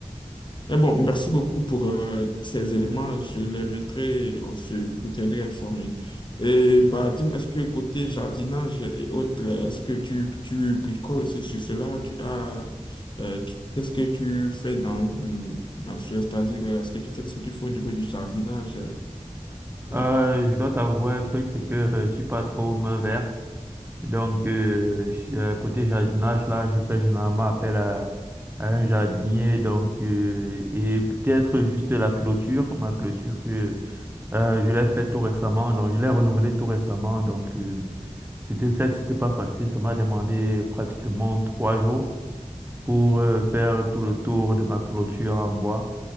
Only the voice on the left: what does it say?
Mais bon, merci beaucoup pour euh, ces éléments. Je les mettrai, on se je tiendrai informé. Et bah, dis-moi, est-ce que côté jardinage et autres, est-ce que tu, tu bricoles aussi sur cela? Tu as, euh, qu'est-ce que tu fais dans, dans ce, c'est-à-dire, est-ce que, tu- qu'est-ce que tu fais au niveau du jardinage? euh,